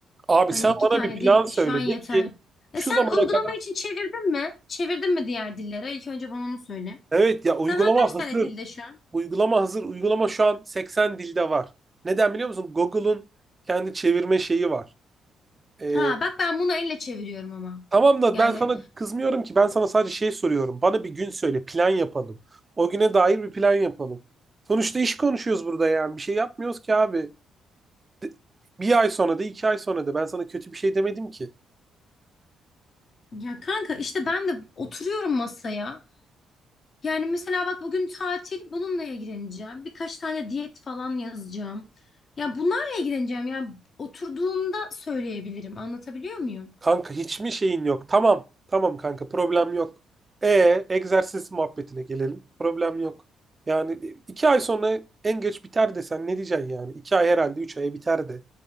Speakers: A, on the right; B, on the left.
A: Abi
B: Hani
A: sen
B: iki
A: bana
B: tane
A: bir plan
B: dil
A: söyledi
B: şu an yeter.
A: ki şu
B: E sen
A: zamana
B: uygulama
A: kadar
B: için çevirdin mi? Çevirdin mi diğer dillere? İlk önce bana onu söyle.
A: evet ya uygulama
B: Sen hangi kaç
A: hazır.
B: tane dilde şu an?
A: Uygulama hazır. Uygulama şu an 80 dilde var. Neden biliyor musun? Google'un kendi çevirme şeyi var. Ee,
B: Ha bak ben bunu elle çeviriyorum ama.
A: Tamam da
B: Yani
A: ben sana kızmıyorum ki. Ben sana sadece şey soruyorum. Bana bir gün söyle, plan yapalım. O güne dair bir plan yapalım. Sonuçta iş konuşuyoruz burada yani. Bir şey yapmıyoruz ki abi. De- Bir ay sonra da iki ay sonra da ben sana kötü bir şey demedim ki.
B: ya kanka işte ben de oturuyorum masaya. Yani mesela bak bugün tatil bununla ilgileneceğim. Birkaç tane diyet falan yazacağım. Ya bunlarla ilgileneceğim. Yani oturduğumda söyleyebilirim. Anlatabiliyor muyum?
A: Kanka hiç mi şeyin yok? Tamam. Tamam kanka problem yok. E egzersiz muhabbetine gelelim. Problem yok. Yani e, iki ay sonra en geç biter desen ne diyeceksin yani? İki ay herhalde üç aya biter de.